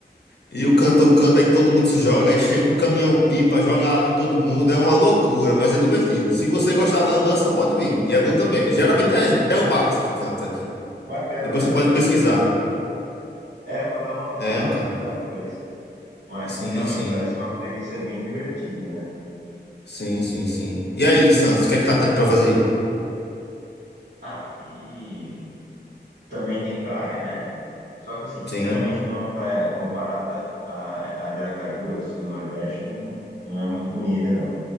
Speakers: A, on the left (about 70°); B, on the right (about 75°).
A: E o cantor canta e todo mundo se joga, aí chega um caminhão-pipa, joga água em todo mundo, é uma loucura, mas é divertido. Se você gostar de lambança,
B: Nossa.
A: pode vir, e é bom também. Geralmente é Bel Marques que canta aqui.
B: Bacana,
A: Depois
B: bacana.
A: você pode pesquisar.
B: É, vou dar uma, vou
A: É,
B: dar
A: cara.
B: uma pesquisada depois. Mas
A: Sim,
B: realmente
A: sim.
B: parece uma premissa bem divertida, né?
A: Sim, sim, sim. E aí, Santos, o que é que tá tendo pra fazer?
B: Ah, aqui também tem praia, né? Só que assim, sinceramente,
A: Sim,
B: não é uma praia comparada à, à de Aracaju, as do Nordeste, não, não é muito bonita, não.